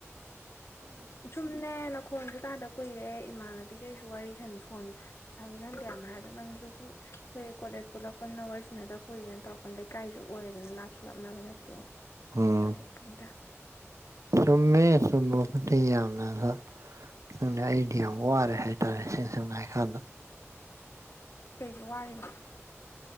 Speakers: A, on the left; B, on the right.
A: ꯖꯨꯝꯅꯦ ꯅꯈꯣꯟꯖꯨ ꯇꯥꯗ ꯀꯨꯢꯔꯦ ꯏꯃꯥꯟꯅꯕꯤ ꯄꯤ ꯀꯩꯁꯨ ꯋꯥꯔꯤ ꯁꯟ ꯐꯣꯟ ꯁꯟꯉꯦꯡ ꯀꯌꯥꯝ ꯍꯥꯢꯗꯨ ꯅꯪꯖꯨ ꯁꯨꯝ ꯅꯣꯢ ꯀꯣꯂꯦꯖ ꯄꯨꯂꯛꯄꯨꯅ ꯋꯥꯔꯤꯁꯟꯗ ꯀꯨꯢꯔꯦꯅ ꯇꯧꯔꯛꯄ ꯂꯩꯀꯥꯢꯖꯨ ꯑꯣꯢꯔꯦꯗꯅ ꯂꯥꯞꯁꯨ ꯂꯞꯅꯕ ꯅꯠꯇꯦꯅ
B: ꯑꯣ
A: ꯇꯧꯔꯛꯄꯅꯤꯗ
B: ꯆꯨꯝꯃꯦ ꯆꯨꯝꯕꯕꯨꯗꯤ ꯌꯥꯝꯅ ꯑ ꯈꯪꯗꯦ ꯑꯩꯗꯤ ꯌꯥꯝ ꯋꯥꯔꯦ ꯍꯥꯢꯇꯥꯔꯦ ꯁꯤ ꯑꯁꯦꯡꯕ ꯍꯥꯢ ꯀꯥꯟꯗ
A: ꯀꯩꯒꯤ ꯋꯥꯔꯤꯕ